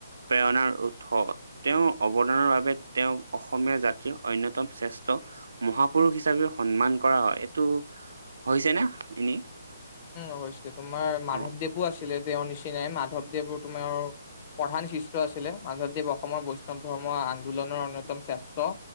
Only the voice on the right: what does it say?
প্ৰেৰণাৰ উৎস তেওঁৰ অৱদানৰ বাবে তেওঁ অসমীয়া জাতীয়। অন্যতম শ্ৰেষ্ঠ মহাপুৰুষ হিচাপে সন্মান কৰা হয় এইটো। হৈছেনে এনেই।
অ